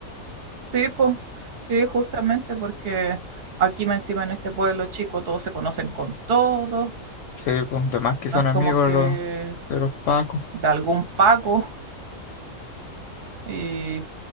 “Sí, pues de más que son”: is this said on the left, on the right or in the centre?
Left